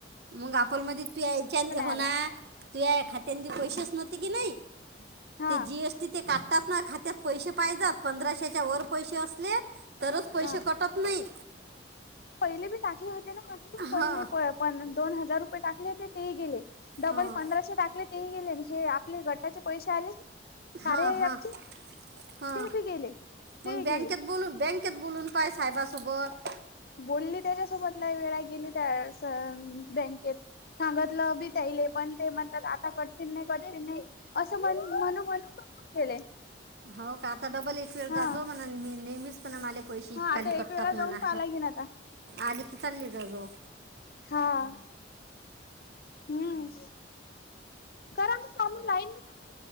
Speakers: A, on the right; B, on the left.
A: मग आपल मधे <unintelligible> हो
B: आला
A: ना. तूया खात्यांदी पैसेच नव्हते की नाही
B: हा
A: ते जीस तिथे काटात खात्यात पैसे पाहिजात पंधराशेच्या वर पैसे असले तरच पैशे
B: हा
A: कटत नाही.
B: पहिले बी टाकले होते ना <unintelligible>
A: हां
B: पण दोन हजार रुपये टाकले होते तेही गेले. डबल
A: हां
B: पंधराशे टाकले तेही गेले. अन् आपले गटाचे पैशे आले. कार्य
A: हा. हा.
B: ॲपचे
A: हा.
B: ते बी गेले. ते
A: मंग बँकेत
B: गेले
A: बोलून बँक केत बोलून पाय साहेबा सोबत.
B: बोली त्याच्यासोबतला लय वेळा गेली त्यासंग बँकेत सांगतलं बी त्यायला पण ते म्हणतात आता कटिल नाय कटिल नाय असं म्हण म्हणू गेले
A: हाव का? आता डबल एकवेळ
B: हा
A: जात जाऊ म्हणन मी नेहमीच पण माले पैशे इतकाली
B: हा आता एक
A: कटतात
B: वेळा जाऊन
A: म्हणा
B: पाहा लागेन आता
A: आले की चालले जात जावू
B: हा, हं करम करू राहीली तु <unintelligible>